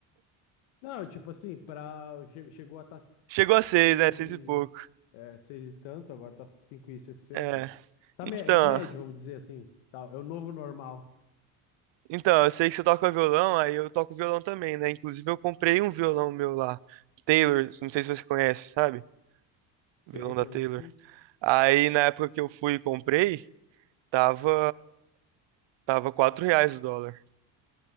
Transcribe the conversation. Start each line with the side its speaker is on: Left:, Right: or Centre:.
Left: Não, tipo assim, pra, che- chegou a tá
Right: <laughs>
Left: seis
Right: Chegou a seis, né? Seis
Left: e,
Right: e pouco.
Left: é, seis e tanto, agora tá cinco e sessenta.
Right: É.
Left: Tá
Right: Então,
Left: mé- médio, vamos dizer assim. Tá, é o novo normal.
Right: então, eu sei que você toca violão, aí eu toco violão também, né? Inclusive eu comprei um violão meu lá. Taylor, não sei se você conhece, sabe?
Left: Sei,
Right: Vilão da
Left: conheço
Right: Taylor.
Left: sim.
Right: Aí na época que eu fui e comprei, tava tava 4 reais o dólar.